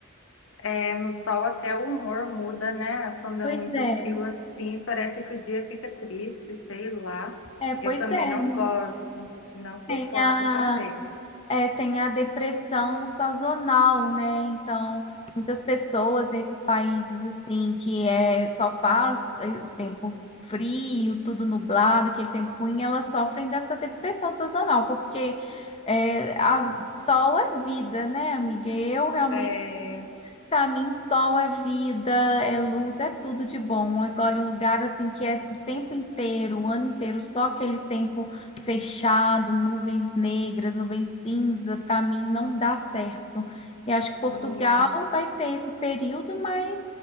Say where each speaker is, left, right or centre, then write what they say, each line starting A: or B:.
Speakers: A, on the left; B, on the left.
A: É, no sol até o humor muda, né? Quando é
B: Pois
A: muito
B: é,
A: frio assim, parece que o dia fica triste, sei lá.
B: é, pois
A: Eu também
B: é,
A: não
B: né?
A: gosto, não suporto
B: Tem a
A: também.
B: É, tem a depressão sazonal, né? Então, muitas pessoas nesses países assim que é só faz é, o tempo frio, tudo nublado, aquele tempo ruim, elas sofrem dessa depressão sazonal, porque é, a- sol é vida, né, amiga? Eu realmente
A: É,
B: para mim, sol é vida, é luz, é tudo de bom. Agora, um lugar assim que é o tempo inteiro, o ano inteiro, só aquele tempo fechado, nuvens negras, nuvens cinza, para mim não dá certo. E acho que Portugal
A: não,
B: vai ter esse período, mas